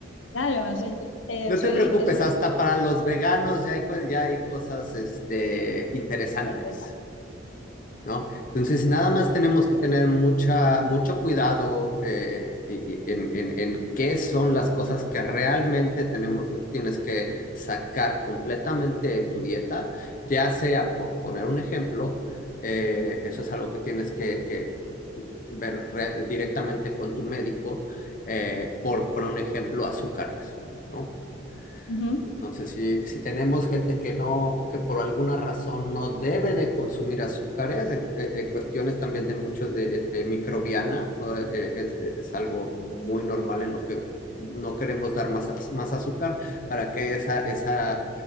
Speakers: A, on the left; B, on the left.
A: Claro, o sea, yo, eh,
B: No
A: soy
B: te preocupes,
A: eso,
B: hasta para los veganos ya hay, co- ya hay cosas este, interesantes,
A: alegre, ¿no?
B: ¿no? Entonces, nada más tenemos que tener mucha, mucho cuidado eh, y- y- en, en- en qué son las cosas que realmente tenemos, tienes que sacar completamente de tu dieta, ya sea, por poner un ejemplo, eh, eso es algo que tienes que, que ver re- directamente con tu médico, eh, por, por un ejemplo, azúcares, ¿no?
A: Ujú,
B: Entonces, si, si tenemos gente que no, que por alguna razón no debe de consumir azúcares, en, eh, eh, cuestiones también de mucho de, de microbiana, eh, es, es algo muy normal en lo que no queremos dar más, más azúcar para que esa, esa,